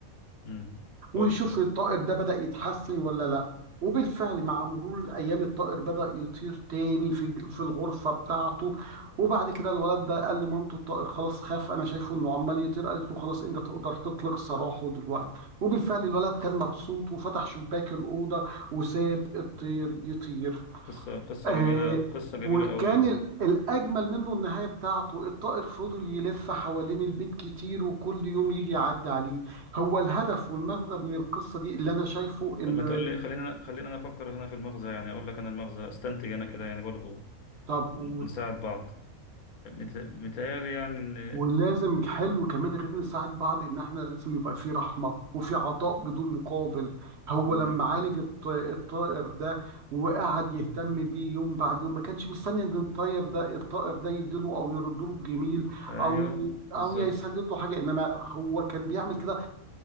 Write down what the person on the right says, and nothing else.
ويشوف
الطائر ده بدأ يتحسن ولا لا وبالفعل مع مرور الأيام الطائر بدأ يطير تاني في ج- في الغرفة بتاعته وبعد كده الولد ده قال لمامته الطائر خلاص خاف أنا شايفه إنه عمال يطير قالت له خلاص أنت تقدر تطلق سراحه دلوقتي وبالفعل
الولد كان مبسوط وفتح شباك الأوضة وساب الطير يطير
آه
وكان
ال- الأجمل منه النهاية بتاعته الطائر فضل يلف حوالين البيت كتير وكل يوم يجي يعدي عليه هو الهدف والمغزى من القصة دي اللي أنا شايفه إن
طب وحلو
ولازم حلو كمان غير نساعد بعض ان احنا لازم يبقى في رحمه وفي عطاء بدون مقابل هو
لما عالج الط- الطائر ده وقعد يهتم بيه يوم بعد يوم ما كانش مستني ان الطائر ده الطائر ده يديله او يرد له الجميل
او او
يسدد له حاجه انما هو كان بيعمل كده